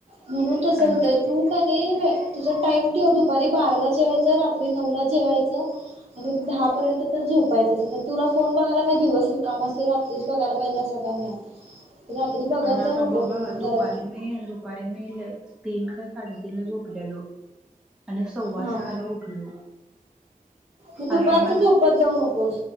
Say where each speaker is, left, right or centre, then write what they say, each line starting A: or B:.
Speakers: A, on the right; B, in the centre.
A: म्हणून
B: नाही
A: तस होतंय तू कणी तुझ टाइम ठेव दुपारी बाराला जेवायचं, रात्री नऊला जेवायचं, आणि दहा पर्यंत तर झोपायचंच तुला फोन बघायला काय दिवस रिकामा असतोय रा त्रीच बघायला पाहिजे असं का नाही. रात्री बघत
B: आग
A: जाऊ
B: आता
A: नको
B: बग हा
A: फोन जरा
B: दुपारी मी दुपारी मी तीन का साडेतीन ला झोपलायलो आणि सव्वा
A: हा
B: सहाला उठलो,
A: मग दुपारचं
B: आता मला
A: झोपत जाऊ नकोस